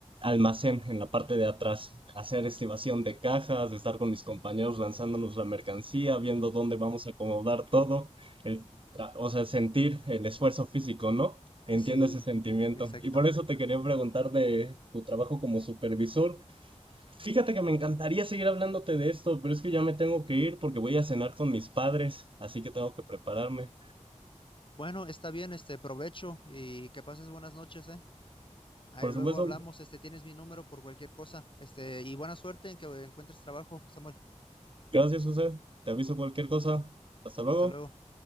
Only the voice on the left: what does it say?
Ujú.
Sí,
exacto.
Bueno, está bien, este, provecho y que pases buenas noches, ¿eh? Ahí
luego
hablamos, este, tienes mi número por cualquier cosa, este, y buena suerte en que encuentres trabajo, Samuel.
Hasta luego.